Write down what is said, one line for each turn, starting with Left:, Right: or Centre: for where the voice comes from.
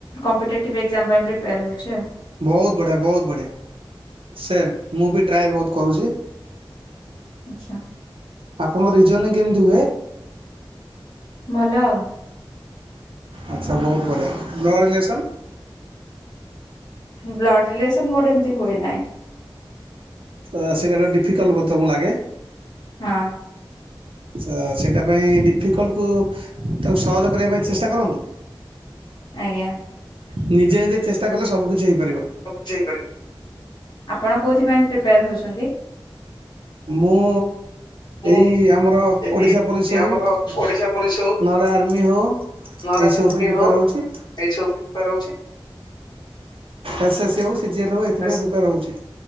Left: କମ୍ପିଟେଟିଭ ଏକ୍ଜାମ ପାଇଁ ପ୍ରିପେୟାର ହଉଛି ଆଉ।
Right: ବହୁତ ବଢ଼ିଆ ବହୁତ ବଢ଼ିଆ ସେମ୍ ମୁଁ ବି ଟ୍ରାଏ ବହୁତ କରୁଚି।
Left: ଆଚ୍ଛା
Right: ଆପଣଙ୍କ ରିଜର୍ନିଂ କେମିତି ହୁଏ?
Left: ଭଲ ଆଉ।
Right: ଆଚ୍ଛା ବହୁତ ବଢ଼ିଆ ଗଡ଼ଲେସନ୍
Left: ବ୍ଲଡ ରିଲେସନ ମୋର ଏମିତି ହୁଏ ନାହିଁ।
Right: ତ ସେଇଟା ଡିଫିକଲ୍ଟକୁ ବୋଧେ ତମକୁ ଲାଗେ
Left: ହଁ
Right: ତ ସେଇଟା ପାଇଁ ଡିଫିକଲ୍ଟକୁ ତାକୁ ସହଜ କରିବା ପାଇଁ ଚେଷ୍ଟା କରନ୍ତୁ। <inaudible>
Left: ଆଜ୍ଞା
Right: ନିଜେ ନିଜେ ଚେଷ୍ଟା କଲେ ସବୁ କିିଛି ହେଇପାରିବ।
Left: <unintelligible> ଆପଣ କୋଉଥିପାଇ ପ୍ରିପୋର ହେଉଛନ୍ତି?
Right: ମୁଁ
Left: ମୁଁ
Right: ଏଇ ଆମର
Left: ଏଇ
Right: ଓଡ଼ିଶା ପୋଲିସ ହେଉ
Left: ଆମର ଓଡିଶା ପୋଲିସ ହଉ
Right: ନହେଲେ ଆର୍ମି ହଉ ଏଇସବୁ
Left: ନହେଲେ ଆର୍ମି
Right: ପାଇଁ ପ୍ରିପେୟର
Left: ହଉ
Right: ହେଉଚି।
Left: ଏଇ ସବୁ ପାଇଁ <unintelligible>
Right: ଏସ୍ ଏସ୍ ହେଉ ସି ଜି ଏଲ ହେଉ ଏଥିପାଇଁ
Left: ବାସ୍
Right: ପ୍ରିପେୟାର ହେଉଛି।